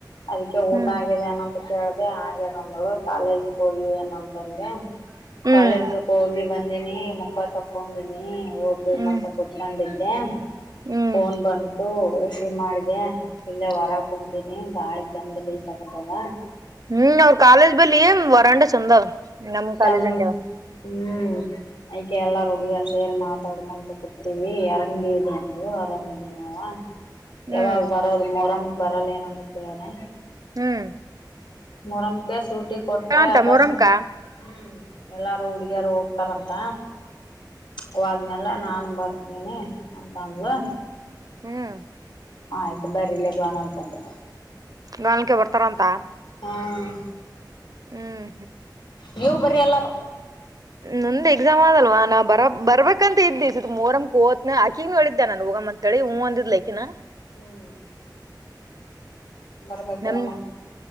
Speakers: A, on the left; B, on the right.
A: ಅದಕ್ಕೆ ಊಟ
B: ಹ್ಮ್
A: ಆಗಿದೆನ. ಕೇಳ್ದ ಹಾಗೇದ ಒಂದ್ಳು ಕಾಲೇಜಕ್ ಹೋಗಿವ ಏನಂತಂದೆ
B: ಹ್ಮ್
A: ಕಾಲೇಜಕ್ ಹೋಗಿ ಬಂದಿನಿ ಮುಖ ತಕ್ಕೊಂಡಿನಿ. ಓದ್ಬೇಕ
B: ಹ್ಮ್
A: ಅಂತ ಕುತ್ಕೊಂಡೀನಿ. ಏನ್.
B: ಹ್ಮ್
A: ಫೋನ್ ಬಂತು. ರಿಸೀವ್ ಮಾಡಿದೆ ಇಲ್ಲೇ ಹೊರ ಕುಂತೀನಿ ಗಾಳಿ ಚೆಂದ ಬೀಸಾಕತ್ತದ.
B: ಹ್ಮ್ ಅವ್ರ ಕಾಲೇಜ್ ಬಳ್ಳಿ ಏ ವರಾಂಡ ಚಂದವ್ರ. ನಮ್
A: ತನ್
B: ಕಾಲೇಜ್ ಹಂಗೆವ
A: ಹ್ಮ್ ಅಯ್ಕ ಎಲ್ಲಾರ ಹುಡುಗಿಯರ್ ಸೇರಿ ಮಾತಾಡ್ಕೊಂತ ಕುತ್ತಿವಿ ಎಂಗ್ ಇದೀ ಅಂದಳು ಆರಾಮಿದಿನವ್ವ.
B: ಹ್ಮ್
A: ಯಾವಾಗ ಬರೋದು ಮೊರಂ ಬರಲ್ಲ ಏನಂತ ಕೇಳಿದೆ?
B: ಹ್ಮ್
A: ಮೊರಂ ಕೇಸ್ ಚೂಟಿ ಕೊಟ್ರೆ
B: ಅಂತ
A: ಅಕಸ್ಮ
B: ಮೊರಮ್ಕ
A: ಹ್ಮ್. ಎಲ್ಲಾರು ಹುಡ್ಗಿಯಾರ ಹೋಗ್ತಾರಂತ ಹೊದ್ಮೇಲೆ ನಾನು ಬರ್ತ ನೆ ಅಂತ ಅಂದ್ಳು.
B: ಹ್ಮ್
A: ಆಯ್ತು ಬರೀಲಿ <unintelligible> ಅನ್ಕೊಂಡು.
B: ನಾಲ್ಕೇ ಬರ್ತಾರಂತ.
A: ಹ್ಮ್
B: ಹ್ಮ್
A: ನೀವು ಬರಿ ಅಲ್ಲ <unintelligible>
B: ನಂದ ಎಕ್ಸಾಮ್ ಆದಲ್ವಾ ನಾ ಬರ ಬರ್ಬೇಕಂತ ಇದ್ದಿ ಇಸತ್ ಮೋರಮ್ ಕೋತ್ನ ಆಕಿಗ್ ನೂ ಹೇಳಿದ್ದೆ ನಾನ್ ಹೋಗಂ ಅಂತೇಳಿ ಹೂಂ ಅಂದಿದ್ಲ ಅಕಿನ.
A: ಹ್ಮ್ ಬರ್ಬೇಕಿಲೋ
B: ನಮ್
A: ಮತ್ತ್